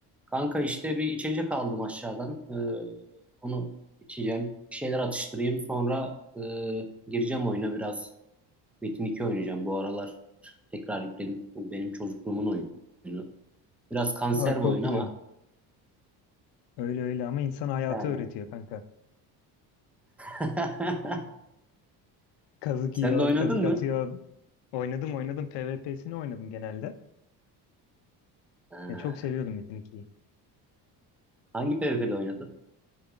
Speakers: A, in the centre; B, on the left (about 85°).
A: Kanka işte bir içecek aldım aşağıdan. Ee, onu içeceğim. Bir şeyler atıştırayım. Sonra e, gireceğim oyuna biraz. Metin 2 oynayacağım bu aralar. Tekrar yükledim. Bu benim çocukluğumun oyunu. Biraz kanser
B: Aa,
A: bu
B: çok
A: oyun
B: güzel.
A: ama
B: Öyle öyle ama insan hayatı
A: yani.
B: öğretiyor kanka.
A: <laughs>
B: Kazık
A: Sen
B: yiyorsun,
A: de oynadın
B: kazık atıyorsun.
A: mı?
B: Oynadım oynadım. PvP'sini oynadım genelde.
A: Ha,
B: Ya, çok seviyordum Metin 2'yi.
A: hangi PvP'de oynadın?